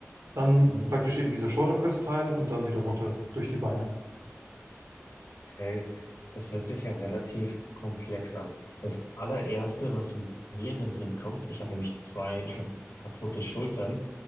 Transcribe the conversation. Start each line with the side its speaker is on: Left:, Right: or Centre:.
Right: dann
Left: mhm.
Right: praktisch eben dieser Shoulder Press Teil und dann wieder runter durch die Beine.
Left: Okay, das hört sich ja relativ komplex an. Das allererste, was mir in den Sinn kommt, ich habe nämlich zwei <laughs> kaputte Schultern.